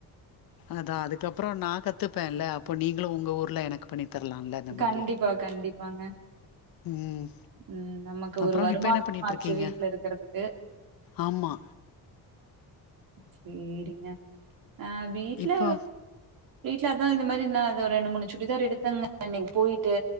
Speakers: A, on the left; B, on the right.
A: அதான் அதுக்கப்புறம் நா கத்துப்பேன்ல்ல அப்போ நீங்களும் உங்க ஊர்ல எனக்கு பண்ணிதரலாம்ல அந்த மாதிரி
B: கண்டிப்பா கண்டிப்பாங்க
A: உம்
B: ம் நமக்கு
A: அப்புறம்
B: ஒரு வருமானம்
A: இப்ப என்ன பண்ணிட்டு
B: ஆச்சு
A: இருக்கீங்க
B: வீட்ல இருக்கறதுக்கு
A: ஆமா
B: சேரிங்க அ வீட்டுல
A: இப்போ
B: வீட்டுல அதான் இந்த மாதிரி என்னா அத ஒரு ரெண்டு மூணு சுடிதார் எடுத்தங்க இன்னைக்கு போயிட்டு